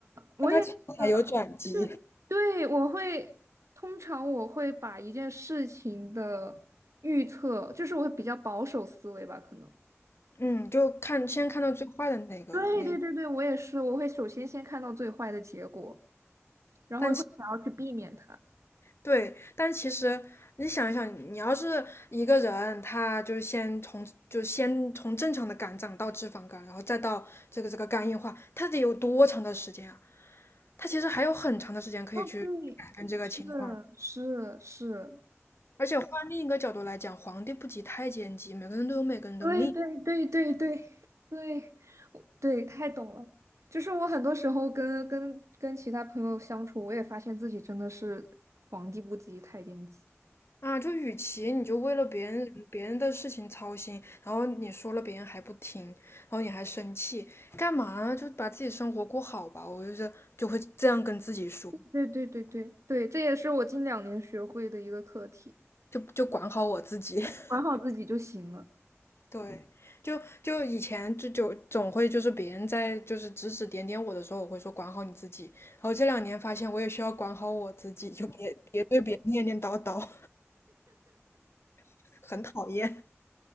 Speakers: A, on the right; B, on the left.
A: 我也是，
B: 但它其实还有转机。
A: 就是对，我会通常我会把一件事情的预测，就是我会比较保守思维吧，可能。
B: 嗯，就看先看到最坏的那个那，
A: 对对对对，我也是，我会首先先看到最坏的结果，然后会想要去避免它。
B: 但对，但其实你想一想，你要是一个人，他就是先从就先从正常的肝脏到脂肪肝，然后再到这个这个肝硬化，他得有多长的时间啊？他其实还有很长的时间可以去改变这个情况。
A: 哦，对，是是是，
B: 而且换另一个角度来讲，皇帝不急太监急，每个人都有每个人的命。
A: 对对对对对对，我对，太懂了。就是我很多时候跟跟跟其他朋友相处，我也发现自己真的是皇帝不急太监急。
B: 啊，就与其你就为了别人别人的事情操心，然后你说了别人还不听，然后你还生气，干嘛呢？就把自己生活过好吧。我就是就会这样跟自己说，
A: 对对对对对，这也是我近两年学会的一个课题，
B: 就就管好我自己。<laughs>
A: 管好自己就行了。
B: 对，就就以前就就总会就是别人在就是指指点点我的时候，我会说管好你自己。然后这两年发现我也需要管好我自己，就别别对别人念念叨叨，<laughs> 很讨厌。